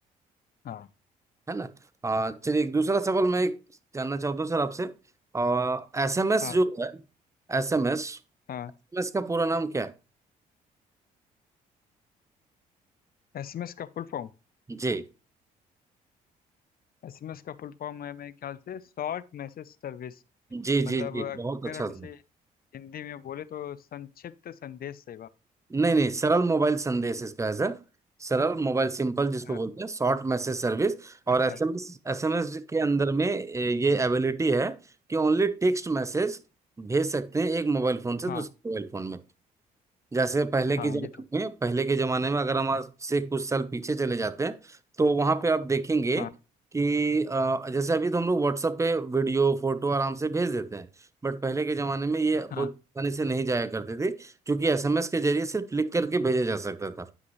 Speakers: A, on the left; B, on the right.
A: हाँ
B: है ना आ, चलिए एक दूसरा सवाल मैं एक जानना चाहता हूँ सर आपसे एसएमएस
A: हाँ
B: जो है एसएमएस
A: हाँ
B: एसएमएस का पूरा नाम क्या है
A: एसएमएस का फुल फॉर्म
B: जी
A: एसएमएस का फुल फॉर्म है मेरे ख्याल से शॉर्ट मैसेज सर्विस
B: जी
A: मतलब
B: जी जी
A: अगर
B: बहुत अच्छा
A: हम
B: सवाल
A: इसे हिंदी में बोले तो संक्षिप्त संदेश सेवा
B: नहीं नहीं सरल मोबाइल संदेश इसका है सर सरल मोबाइल सिंपल जिसको
A: अ,
B: बोलते हैं शॉर्ट मैसेज सर्विस और
A: अच्छा
B: एसएमएस एसएमएस के अंदर में ए, ये एबिलिटी है कि ओनली टेक्स्ट मैसेज भेज सकते हैं एक मोबाइल फोन से
A: हाँ
B: दूसरे मोबाइल फोन में जैसे पहले
A: हाँ
B: के जमाने
A: ये तो
B: में पहले के जमाने में अगर हम आज से कुछ साल पीछे चले जाते हैं तो वहां पे आप देखेंगे
A: हाँ
B: कि अ, जैसे अभी तो हम लोग WhatsApp पे वीडियो फोटो आराम से भेज देते हैं बट पहले के जमाने में ये बहुत
A: हाँ
B: आसानी से नहीं जाया करते थे क्योंकि एसएमएस के जरिए सिर्फ लिख करके भेजा जा सकता था